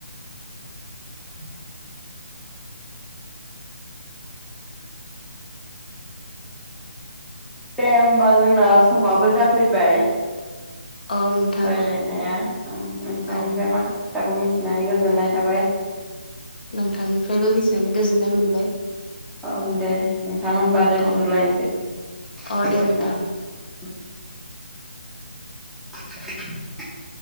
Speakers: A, in the centre; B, on the left (about 55°).
A: <inaudible> दे होमबा जोंना समाबो जाफैबाय
B: औ नोंथां
A: रायलायनाया नोंथांनिफ्राय
B: औ
A: माखासे खोथाखौ मिथिनानै गोजोननाय थाबाय
B: नोंथांनिफ्रायबो मिथिनानै गोजोननाय मोनबाय
A: औ दे नोंथां होमबा दोनहरलायनोसै
B: अ
A: गोजोनथों
B: अ दे नोंथां
A: उम <inaudible>